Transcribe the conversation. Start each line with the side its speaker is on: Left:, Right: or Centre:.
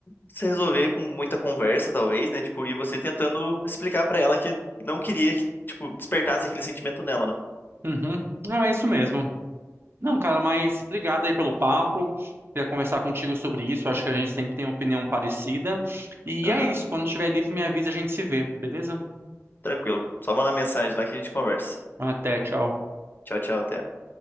Left: se resolver com muita conversa, talvez, né? Tipo, e você tentando explicar pra ela que não queria que, tipo, despertasse aquele sentimento nela, né?
Right: Uhum. Não, é isso mesmo. Não, cara, mas obrigado aí pelo papo. Queria conversar contigo sobre isso. Acho que a gente sempre tem opinião parecida. E
Left: Aham.
Right: é isso. Quando estiver livre, me avisa, a gente se vê, beleza?
Left: Tranquilo. Só mandar mensagem lá que a gente conversa.
Right: Até, tchau.
Left: Tchau, tchau, até.